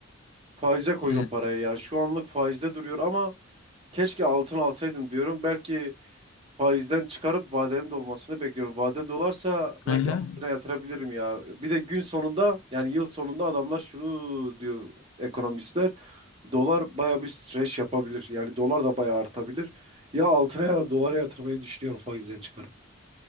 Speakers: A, on the right (about 25°); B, on the left (about 75°).
A: Faize koydum
B: Evet.
A: parayı ya. Şu anlık faizde duruyor ama Keşke altın alsaydım diyorum. Belki faizden çıkarıp vadenin dolmasını bekliyorum. Vade dolarsa belki
B: Hı hı.
A: altına yatırabilirim ya. Bir de gün sonunda yani yıl sonunda adamlar şunu diyor ekonomistler. Dolar baya bir streç yapabilir. Yani dolar da baya artabilir. Ya altına ya da dolara yatırmayı düşünüyorum faizden çıkarıp.